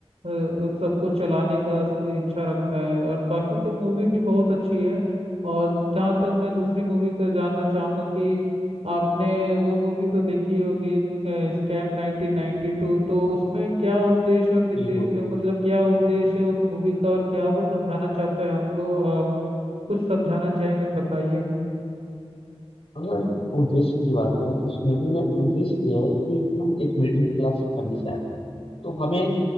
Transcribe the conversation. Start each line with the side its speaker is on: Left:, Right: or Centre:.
Right: अ, सबको चलाने का इच्छा रखता है और बाकी तो मूवी भी बहुत अच्छी है और जहाँ तक मैं दूसरी मूवी का जानना चाहूंगा कि आपने वो मूवी तो देखी होगी स्कैम 1992 तो उसमें क्या उद्देश्य और निर्देश
Left: बिल्कुल
Right: अ, मतलब क्या उद्देश्य है उस मूवी का और क्या वो समझाना चाहता है हमको आप कुछ समझाना चाहेंगे तो बताइए
Left: अगर उद्देश्य की बात करें तो इस मूवी में उद्देश्य यह है कि हम एक मिडिल क्लास फैमिली से आते हैं तो हमें